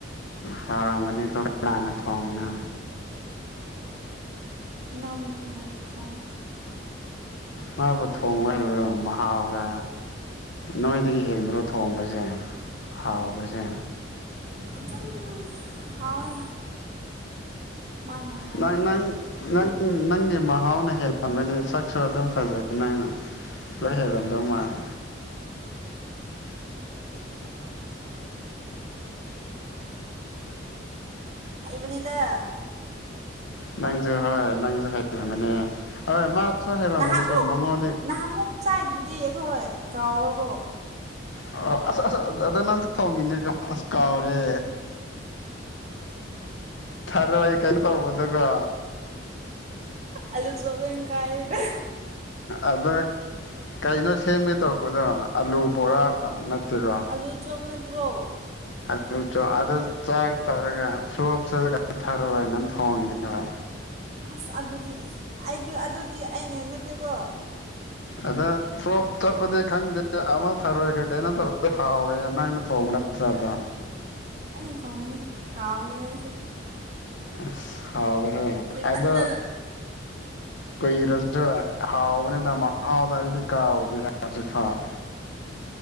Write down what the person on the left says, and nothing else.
ꯍꯥꯎꯔꯝꯒꯅꯤ ꯀꯣ ꯀꯟꯅꯥꯅ ꯊꯣꯡꯉꯤꯅꯣ
ꯃꯥꯕꯨ ꯊꯣꯡꯕ ꯍꯩꯕ꯭ꯔꯣ ꯃꯍꯥꯎꯒ ꯅꯣꯏꯗꯒꯤ ꯍꯦꯟꯕ꯭ꯔꯣ ꯊꯣꯡꯕꯖꯦ ꯍꯥꯎꯕꯖꯦ
ꯅꯅꯪ ꯅꯪ ꯅꯪꯒꯤ ꯃꯍꯥꯎꯅ ꯍꯦꯜꯂꯝꯒꯅꯤ ꯁꯛꯁꯨ ꯑꯗꯨꯝ ꯐꯖꯩ ꯅꯪꯅ ꯂꯣꯏ ꯍꯩꯔꯝꯗꯧ ꯃꯥꯂꯦ
ꯅꯪꯖꯨ ꯍꯣꯏ ꯅꯪꯖꯨ ꯍꯩꯔꯝꯒꯅꯤ <unintelligible> ꯍꯩꯔꯝꯒꯅꯤꯀꯣ
ꯃꯉꯣꯟꯗꯩ
ꯑ ꯑꯁ ꯑꯁ ꯑꯗ ꯅꯪ ꯊꯣꯡꯉꯤꯅꯤꯀꯣ ꯀꯥꯎꯔꯦ ꯊꯔꯣꯏ ꯀꯩꯅꯣ ꯇꯧꯕꯗꯨꯒ
ꯑꯗ ꯀꯩꯅꯣ ꯁꯦꯝꯒꯦ ꯇꯧꯕꯗꯣ ꯑꯂꯨ ꯕꯣꯔꯥꯔꯣ ꯅꯠꯇꯦꯀꯣ
ꯑꯂꯨ ꯆꯣꯛ ꯑꯗꯨ ꯆꯥꯒꯦ ꯇꯧꯔꯒ ꯐ꯭ꯂꯣꯞ ꯆꯠꯂꯒ ꯊꯔꯣꯢ ꯑꯣꯢꯅ ꯊꯣꯡꯉꯤꯅꯦꯕ
ꯑꯗ ꯄ꯭ꯂꯣꯞ ꯆꯠꯄꯗꯤ ꯈꯪꯗꯦ ꯑꯃ ꯊꯔꯣꯏꯒ ꯀꯩꯅꯣ ꯇꯧꯕ ꯍꯥꯎꯋꯦ ꯅꯪꯅ ꯊꯣꯡꯅ ꯇ꯭ꯔꯥꯗ
ꯑꯁ ꯍꯥꯎꯋꯤꯍꯦ
ꯑꯗꯣ ꯀꯨꯏꯔꯁꯨ ꯍꯥꯎꯕꯅꯤꯅ ꯃꯍꯥꯎꯗꯣ ꯑꯩꯗꯤ ꯀꯥꯎꯗꯦ ꯍꯧꯖꯤꯛꯐꯥꯎ